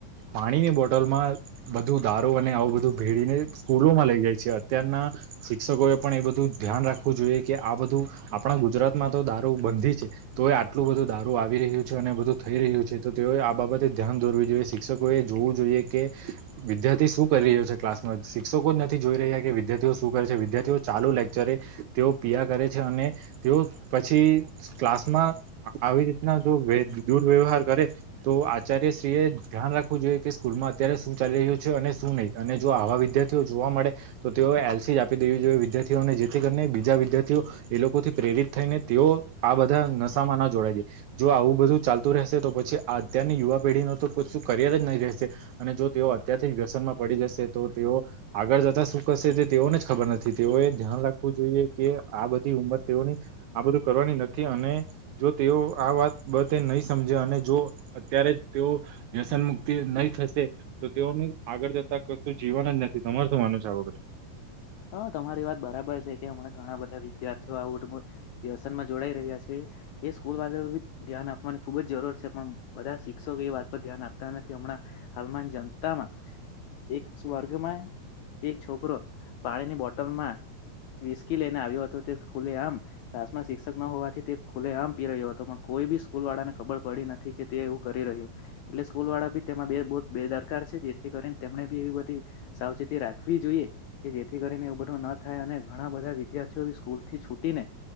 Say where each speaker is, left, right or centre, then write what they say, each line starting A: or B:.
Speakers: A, on the right (about 75°); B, on the left (about 80°).
A: પાણીની બોટલમાં બધું દારૂ અને આવું બધું ભેળીને સ્કૂલોમાં લઇ જાય છે. અત્યારના શિક્ષકોએ પણ એ બધું ધ્યાન રાખવું જોઈએ કે આ બધું આપણા ગુજરાતમાં તો દારૂ બંધી છે. તોય આટલું બધું દારૂ આવી રહ્યું છે અને બધું થઈ રહ્યું છે. તો તેઓએ આ બાબતે ધ્યાન દોરવી જોઈએ. શિક્ષકોએ જોવું જોઈએ કે વિદ્યાર્થી શું કરી રહ્યો છે ક્લાસમાં શિક્ષકો જ નથી જોઈ ર હ્યા કે વિદ્યાર્થીઓ શું કરે છે. વિદ્યાર્થીઓ ચાલુ લેક્ચરે તેઓ પિઆ કરે છે અને તેઓ પછી ક્લાસ માં આવી રીતના જો દુર્વ્યવહાર કરે તો આચાર્યશ્રી એ ધ્યાન રાખવું જોઈ એ કે સ્કૂલમાં અત્યારે શું ચાલી રહ્યું છે અને શું નહીં અને જો આવા વિદ્યાર્થીઓ જોવા મળે તો તેઓ એલસી જ આપ દેવી જોઈએ વિદ્યાર્થીઓને. જેથી કરીને બીજા વિદ્યાર્થીઓ એ લોકોથી પ્રેરિત થઈને તેઓ આ બ નશામાં ના જોડાય જાય. જો આવું બધું ચાલતું રહેશે તો પછી આ અત્યારની યુવા પેઢીનું તો કશુ કરિયર જ નહી રહેશે. અને જો તેઓ અત્યારથી વ્યસનમાં પડી જશે તો તેઓ આગળ જતા શું કરશે તે તેઓને જ ખબર નથી. તેઓએ ધ્યાન રાખવું જોઈએ કે આ બ ધી ઉમર તેઓની આ બધું કરવા થી અને જો તેઓ આ વાત બતે નહી સમજે અને જો અત્યારે જ તેઓ વ્યસન મુક્તિ નહી થશે. તો તેઓનું આગળ જતા કશુ જીવન જ નથી. તમાર શું માનું છે આ બાબતે?
B: હ, તમારી વાત બરાબર છે કે હમણાં ઘણા બધા વિદ્યાર્થી છે. આવુ વટુ મોર વ્યસનમાં જોડાઈ રહ્યા છે. એ સ્કૂલ વારાએબી ધ્યાન આપવાની ખુબ જરૂર છે પ બધા શિક્ષકો એ વાત પર ધ્યાન આપતા નથી. હમણાં હાલમાં જનતામાં એક સ્વર્ગમાં એક છોકરો પાણીની બોટલમાં વિસકી લઈને આવ્યો હતો. તે ખુલે આમ ક્લાસમાં શિક્ષક ન હોવાથી તે ખુલે આમ પી રહ્યો હતો. પ કોઈ બી સ્કૂલવાળાને ખબર પડી નથી કે તે એવું કરી રહ્યો. એટલે સ્કૂલવાળા બી તેમાં બે બુધ બેદરકાર છે. જેથી કરીને તેમણે બી એવી બધી સાવચેતી રાખવી જોઈએ. કે જેથી કરીને એવુ બધુ ન થાય અને ઘણા બધા વિદ્યાર્થીઓ સ્કૂલથી છૂટીને